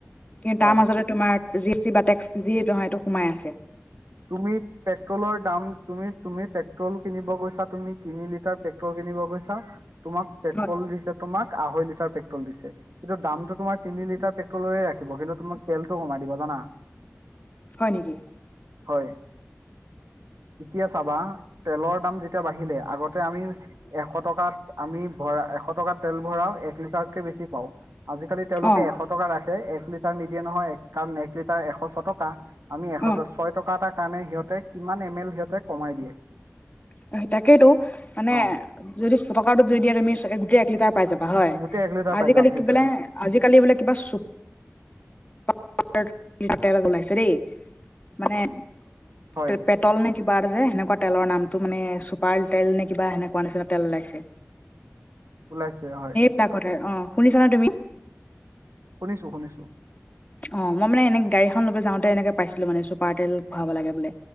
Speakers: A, on the left; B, on the right.
A: কিন্তু
B: হয়
A: তাৰ মাজতে- তোমাৰ জি এছ টি বা টেক্স যি নহয় এইটো সোমাই আছে।
B: তুমি পেট্ৰলৰ দাম তুমি তুমি পেট্ৰল কিনিব গৈছা তুমি তিনি লিটাৰ- পেকট্ৰল কিনিব গৈছা, তোমাক পেট্ৰল
A: হয়
B: দিছে তোমাক আঢ়ৈ লিটাৰ পেট্ৰল দিছে। কিন্তু দামটো তোমাৰ তি লিটাৰ পেট্ৰলেৰে ৰাখিব, কিন্তু তুমাক তেলটো কমাই দিব জানা।
A: হয় নেকি?
B: হয়, এতিয়া চাবা তেলৰ দাম যেতিয়া বাঢ়িলে আগত- তাতে আমি এশ টকাত আমি ভৰা এশ টকাত- তেল ভৰাওঁ এক লিটাৰতকে বেছি পাওঁ, আজি কালি তেওঁলোকে
A: অ
B: এশত- এটকাৰ ৰাখে একলিটাৰ নিদিয়ে নহয় এক কাৰণ একলিটাৰ এশ ছটকা আমি এশ
A: অ
B: দহ ছয় টকা এটাৰ কাৰণে সিহঁতে কিমান এম এল সিহঁতে কমাই দিয়ে।
A: সেই তাকেইতো মানে
B: অ
A: যদি ছয়টকাটো দি দিয়া তুমি গোটেই এক লিটাৰ পাই যাবা হয়
B: গোটেই এক লিটাৰ
A: আজিকালি
B: পাই যাম সেইটোৱে
A: কি বোলে।
B: অ
A: আজিকালি বোলে কিবা চ <unintelligible> ওলাইছে দেই মানে <unintelligible>
B: হয়
A: তল নে কিবা এটা যে সেনেকুৱা তেলৰ নামটো মানে চুপাৰ তেল নে কিবা সেনেকুৱা নিচিনা তেল ওলাইছে।
B: ওলাইছে হয়
A: <unintelligible> অ শুনিছা নে তুমি
B: শুনিছো শুনিছো
A: অ মই মানে এনে গাড়ীখন লব যাওঁতে এনেকে পাইছিলো মানে চুপাৰ তেল খোৱাব লাগে বোলে